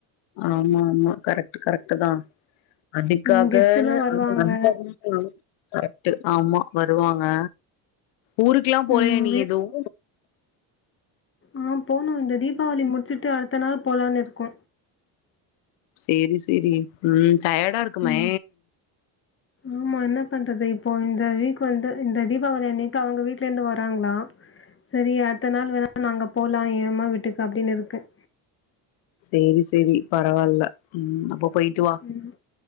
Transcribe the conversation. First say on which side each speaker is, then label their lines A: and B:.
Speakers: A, on the left; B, on the left.
A: ஆமா ஆமா கரெக்ட். கரெக்ட்டுதா அடிக்காகனு
B: ம் கெஸ்ட்டுலா வருவாங்க
A: அந்த அளவுக்கு கரெக்ட் ஆமா வருவாங்க. ஊருக்கெல்லா போலயா
B: ம்
A: நீ எதுவூ
B: ஆஹ் போணு. இந்த தீபாவளி முடிச்சுட்டு அடுத்த நாள் போலான்னு இருக்கோ
A: சேரி சேரி ம் டயர்டா இருக்குமே
B: ம் ஆமா என்ன பண்றது, இப்போ இந்த வீக் வந்து இந்த தீபாவளி அன்னக்கி அவூங்க வீட்ல இருந்து வராங்ளா. சரி அடுத்த நாள் வேணா நா அங்க போலா ஏ அம்மா வீட்டுக்கு அப்டின்னு இருக்க
A: சேரி சேரி பரவாயில்ல ம் அப்போ போயிட்டு வா
B: ம்.